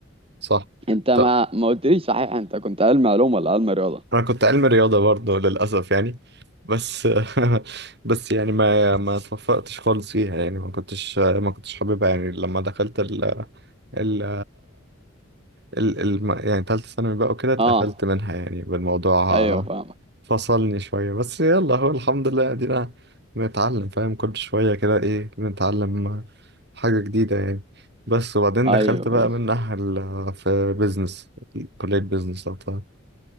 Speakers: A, on the right (about 55°); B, on the right (about 25°).
A: صح
B: انت ما
A: طب
B: ما قلتليش صحيح انت كنت علم علوم ولا علم رياضة
A: انا كنت علم رياضة برضه للأسف يعني بس <laughs> بس يعني ما ما اتوفقتش خالص فيها يعني ما كنتش ما كنتش حاببها يعني لما دخلت ال ال ال, ال... يعني تالتة ثانوي بقى وكده اتقفلت
B: اه
A: منها يعني بالموضوع
B: ايوه فاهمك
A: فصلني شوية بس يلا هو الحمد لله ادينا بنتعلم فاهم كل شوية كده ايه بنتعلم حاجة جديدة يعني بس وبعدين
B: ايوه
A: دخلت بقى
B: ايوه
A: منها ال- في بيزنس كلية بيزنس لو تعرف.